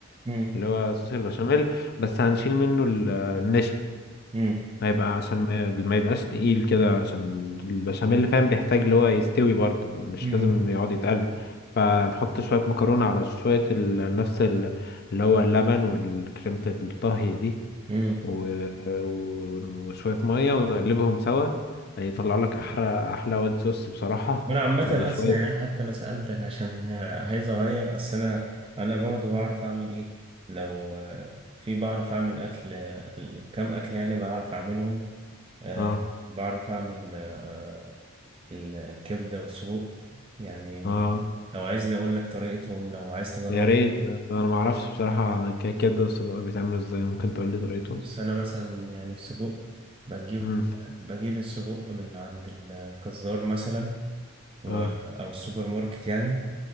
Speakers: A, on the right; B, on the left.
A: مم.
B: اللي هو صوص البشاميل بس هنشيل منه ال- النشا
A: مم.
B: هيبقى عشان ما ما يبقاش تقيل كده عشان البشاميل اللي فاهم بيحتاج اللي هو يستوي برضه مش
A: امم
B: لازم يقعد يتقل فنحط شوية مكرونة على شوية ال... نفس ال... اللي هو اللبن والكريمة الطهي دي
A: مم.
B: و... و... وشوية مية ونقلبهم سوا هيطلع لك أحلى أحلى وايت صوص بصراحة
A: وانا عامة
B: وشوية
A: اصلا يعني حتى انا سألتك عشان آه، عايز اغير اصل انا انا برضو بعرف اعمل ايه لو آه، في بعرف اعمل اكل آه، ال- كام اكل يعني بعرف اعملهم آه،
B: اه
A: بعرف اعمل آه، ال- الكبدة والسجق يعني
B: اه
A: لو عايزني اقول لك طريقتهم لو عايز تجربهم
B: يا ريت انا ما اعرفش بصراحه الكيكات ده والسجق بيتعملوا ازاي ممكن تقول لي طريقتهم
A: بص انا مثلا يعني في سجق بجيب
B: امم
A: بجيب السجق من عند الجزار مثلا و-
B: اه
A: او السوبر ماركت يعني